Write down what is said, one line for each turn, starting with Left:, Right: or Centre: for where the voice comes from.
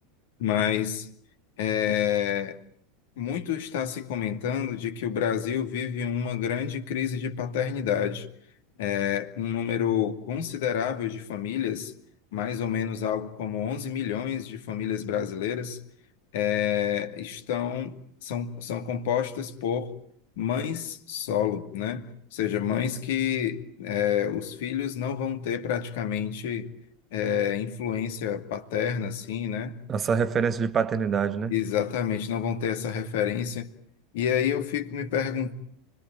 Left: mas é, muito está se comentando de que o Brasil vive uma grande crise de paternidade. É, um número considerável de famílias, mais ou menos algo como 11 milhões de famílias brasileiras, é, estão, são, são compostas por mães solo, né? Ou seja, mães que é, os filhos não vão ter praticamente é, influência paterna, assim, né?
Right: Essa referência de paternidade, né?
Left: Exatamente, não vão ter essa referência. E aí eu fico me, pergun